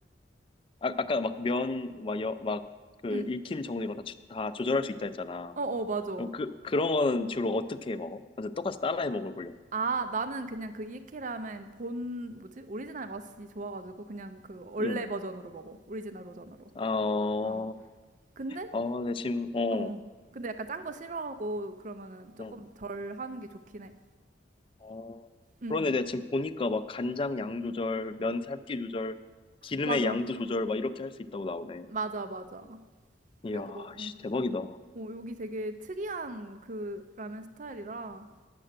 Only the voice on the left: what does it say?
아, 아까 막 면, 막 여, 막그
익힘 정도 이런 거 다, 추- 다 조절할 수 있다 했잖아.
그럼 그, 그런 거는 주로 어떻게 해 먹어? 완전 똑같이 따라해 먹어보려고.
응.
어,
어, 내 지금, 어,
어,
어.
그런데
내가 지금 보니까 막 간장 양 조절, 면 삶기 조절, 기름의
양도 조절, 막 이렇게 할 수 있다고 나오네.
이야,
씨, 대박이다.